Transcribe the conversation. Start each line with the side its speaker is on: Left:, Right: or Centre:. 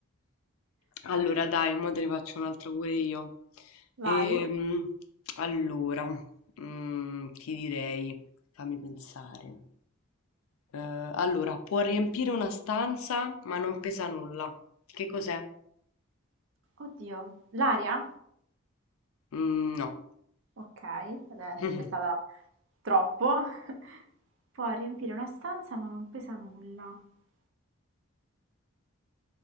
Left: Allora, dai, mo te ne faccio un altro pure io.
Right: Vai.
Left: Ehm, allora, mm, ti direi, fammi pensare. Eh, allora, può riempire una stanza, ma non pesa nulla. Che cos'è?
Right: Oddio, l'aria?
Left: Mm, no.
Right: Okay, vabbè
Left: <laughs>
Right: sarebbe stata troppo. <laughs> Può riempire una stanza ma non pesa nulla. <laughs>